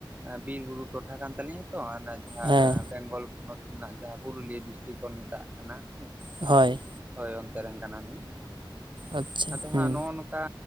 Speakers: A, on the right; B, on the right.
A: ᱵᱤᱨ ᱵᱩᱨᱩ ᱴᱚᱴᱷᱟ ᱠᱟᱱ ᱛᱟᱹᱞᱤᱧᱟ ᱛᱚ ᱚᱱᱟ ᱡᱟᱦᱟᱸ
B: ᱦᱮᱸ
A: ᱵᱮᱝᱜᱚᱞ ᱯᱚᱱᱚᱛ ᱨᱮᱱᱟᱜ ᱡᱟᱦᱟᱸ ᱯᱩᱨᱩᱞᱤᱭᱟᱹ ᱰᱤᱥᱴᱤᱠ ᱵᱚᱱ ᱢᱮᱛᱟᱜ ᱠᱟᱱᱟ ᱦᱳᱭ᱾
B: ᱦᱳᱭ,
A: ᱦᱳᱭ ᱚᱱᱛᱮ ᱨᱮᱱ ᱠᱟᱱᱟ ᱞᱤᱧ,
B: ᱟᱪᱪᱷᱟ
A: ᱟᱫᱚ
B: ᱦᱩᱸ
A: ᱦᱟᱸᱜ ᱱᱚᱜ-ᱚ ᱱᱚᱝᱠᱟ